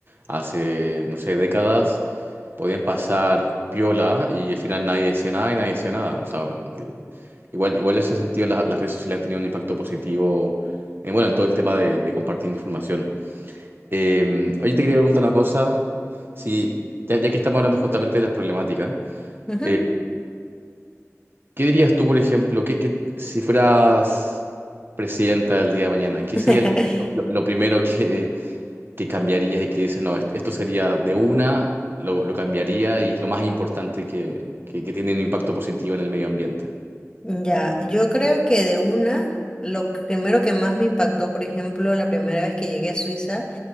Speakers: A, on the right; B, on the left.
A: hace, no sé, décadas, podían pasar piola y al final nadie decía nada y nadie decía nada. O sea, eh, igual, igual en ese sentido la- las redes sociales han tenido un impacto positivo en, bueno, en todo el tema de, de compartir información. Eh, oye, te quería preguntar una cosa, si, ya, ya que estamos hablando justamente de las problemáticas,
B: Ujú.
A: eh, ¿Qué dirías tú, por ejemplo, que, que si fueras presidenta del día de mañana, qué
B: <laughs>
A: sería lo, lo- lo primero que, que cambiarías y que dices, no, est- esto sería de una, lo, lo cambiaría y es lo más importante que, que- que tiene un impacto positivo en el medio ambiente?
B: Ya, yo creo que de una, lo primero que más me impactó, por ejemplo, la primera vez que llegué a Suiza